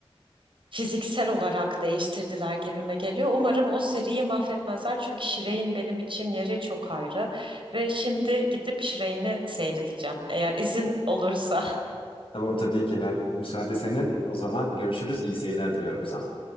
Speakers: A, on the right; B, on the left.
A: fiziksel olarak değiştirdiler gibime geliyor. Umarım o seriyi mahvetmezler çünkü Shrek'in benim için yeri çok ayrı ve şimdi gidip Shrek'imi seyredeceğim eğer izin olursa.
B: Tamam tabii ki ben müsaade senin. O zaman görüşürüz. İyi seyirler diliyorum sana.